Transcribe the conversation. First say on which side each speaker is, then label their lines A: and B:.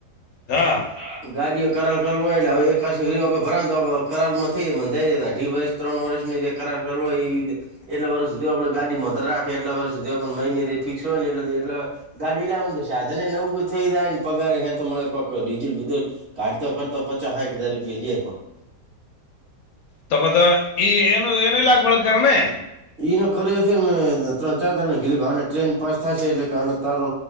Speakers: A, on the left (about 65°); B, on the right (about 40°).
A: હા
B: હમ્મ ગાડીઓ કરાર કરવુ એટલે હવે એકી <unintelligible> પરરાંતુ કરારમાં થઈ જ મંધાઈ દતા અઢી વર્ષ ત્રણ વર્ષ ની જે કરાર કર એ એટલા વર્ષ સુધી આપણે ગાડી મર રાખે એટલા વર્ષ સુધી પણણ મહિનેથી ફિક્સ હોય ને એટલે એટ ગાડી લાવવા ને તો સાધને નવું થઈ જાય ને પગાર હેાર તો મળે કોઈક ડીઝલ બધલ કાઢતો કરતો પચાસ સાઠ હજાર રૂપિયા જએ પણણ
A: તપ તો એ એની એનઈલાખ વળ કરને
B: એનો કર્યો છે મેં ત્રણ ચાર તણ ને કીધું કે આ ટ્રેન પાંચ થાય છે એટલે કે આ તારો